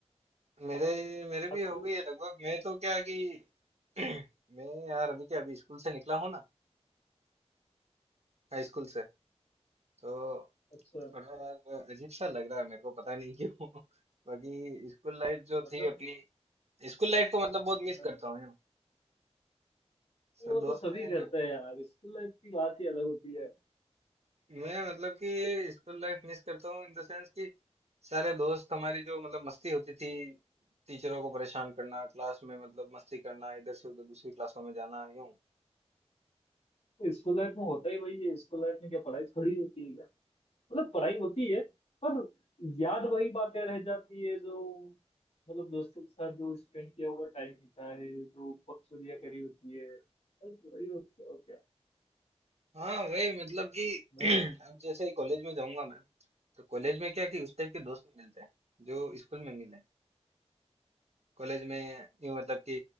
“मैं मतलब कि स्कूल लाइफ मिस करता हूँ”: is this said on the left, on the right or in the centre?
Right